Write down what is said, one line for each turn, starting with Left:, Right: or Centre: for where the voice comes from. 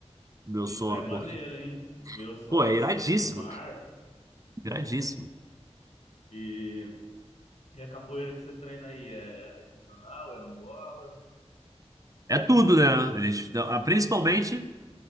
Right: meu
Left: isso
Right: sono,
Left: aí é maneiro,
Right: porque,
Left: hein? Ver o sol
Right: pô,
Left: nascer
Right: é iradíssimo.
Left: no mar,
Right: Iradíssimo.
Left: pô. E, e a capoeira que você treina aí, é, é regional, é Angola?
Right: É tudo, né? Eles, ah, principalmente.